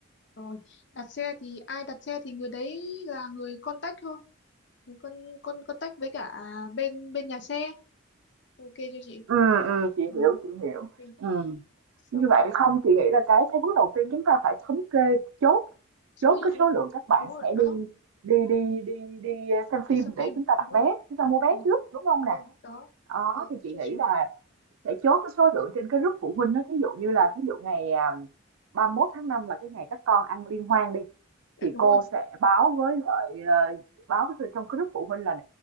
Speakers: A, on the left; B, on the right.
A: Rồi, đặt xe thì ai đặt xe thì người đấy là người contact thôi. Người con con contact với cả bên bên nhà xe. Ok cho chị.
B: ừ ừm, chị
A: Ừ.
B: hiểu, chị hiểu.
A: Ok.
B: Ừm,
A: Xong
B: như vậy không, chị nghĩ là cái cái bước đầu tiên chúng ta phải thống kê, chốt
A: số
B: chốt
A: lượng
B: cái số
A: nữa.
B: lượng các bạn
A: đúng rồi
B: sẽ
A: đó
B: đi đi đi đi đi xem
A: cái
B: phim
A: xem
B: để
A: phim
B: chúng ta
A: đúng
B: đặt
A: rồi
B: vé, chúng ta mua vé
A: đúng rồi,
B: trước, đúng không
A: đúng
B: nè?
A: rồi. đó
B: Đó,
A: Đấy,
B: thì chị
A: chốt
B: nghĩ
A: số
B: là
A: lượng.
B: sẽ chốt cái số lượng trên cái group phụ huynh đó thí dụ như là thí dụ ngày à, 31 tháng 5 là cái ngày các con ăn liên hoan đi
A: Dạ,
B: thì
A: đúng
B: cô
A: rồi
B: sẽ báo với lại ờ, báo với trong cái group phụ huynh là